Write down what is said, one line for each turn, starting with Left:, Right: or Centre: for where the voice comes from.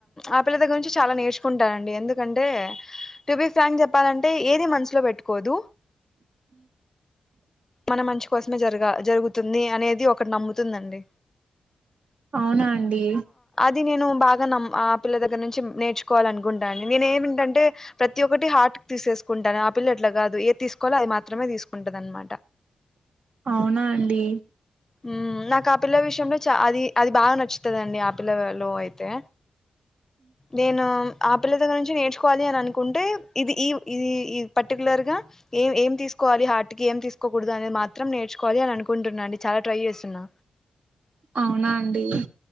Left: ఆపిల్ల దగ్గరరించి చాలా నేర్చుకుంటాను ఎందుకంటే ట్యూబి ప్రాంక్ చెప్పాలంటే ఏది మనసులో పెట్టుకోదు మన మంచి కోసమే జరగా జరుగుతుంది అనేది ఒకటి నమ్ము తుందండి
Right: అవునా అండి
Left: అది నేను బాగా నమ్ ఆ పిల్ల దగ్గర నుంచి నేర్చుకోవాల అనుకుంటా అండి నేను ఏమింటంటే ప్రతి ఒక్కటి హార్ట్ తీసేసుకుంటాను ఆ పిల్ల అట్ల గాదు తీసుకోవాలో అది మాత్రమే తీసుకుంటది అన్మా
Right: అవునా అండి
Left: ఉ నాకు ఆ పిల్ల విషయంలో చ అది అది బాగా నచ్చుతదండి ఆ పిల్లలో అయితే నేను ఆ పిల్ల దగ్గర నుంచి నేర్చువాలి అని అనుకుంటే ఇది ఈ ఇది పర్టికులర్ గా ఏం ఏమి తీసుకోవాలి హార్ట్ కి ఏం తీసుకో కోకూడదు అనేది మాత్రం నేర్చుకోవాలి అని అనుకుంటున్నా అండి చాలా ట్రై చేస్తున్నా
Right: అవునా అండి